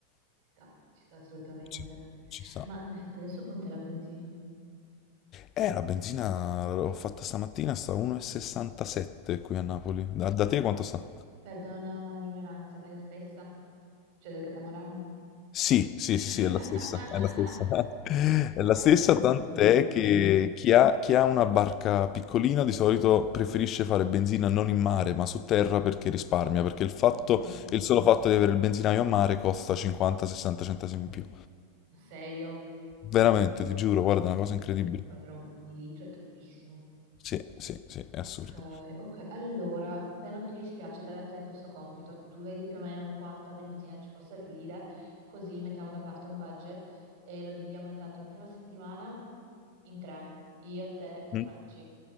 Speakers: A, on the right (about 45°); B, on the left (about 30°).
A: Ci sta, ci sta assolutamente.
B: Sì, ci sta.
A: Ma infatti adesso quant'è la benzina?
B: Eh, la benzina l'ho fatta stamattina, sta 1,67 qui a Napoli. Da, da te quanto sta?
A: Perdona l'ignoranza, ma è la stessa? Cioè del catamarano?
B: Sì, sì,
A: <laughs>
B: sì, sì, è la stessa, è la stessa. <laughs> È la
A: Allora,
B: stessa, tant'è che chi ha, chi ha una barca piccolina di solito preferisce fare benzina non in mare, ma su terra perché risparmia, perché il fatto,
A: ok.
B: il solo fatto di avere il benzinaio a mare costa 50-60 centesimi in più.
A: Ma Serio?
B: Veramente, ti giuro, guarda, è una
A: Che
B: cosa
A: miseria,
B: incredibile.
A: Poi per un, ogni litro è tantissimo.
B: Sì, sì, sì, è
A: Ok,
B: assurdo.
A: ok, allora, se non ti dispiace dare a te questo compito, tu vedi più o meno quanta benzina ci può servire, così mettiamo da parte un budget e lo dividiamo intanto la prima settimana in tre, io, te e
B: Mm.
A: Franci.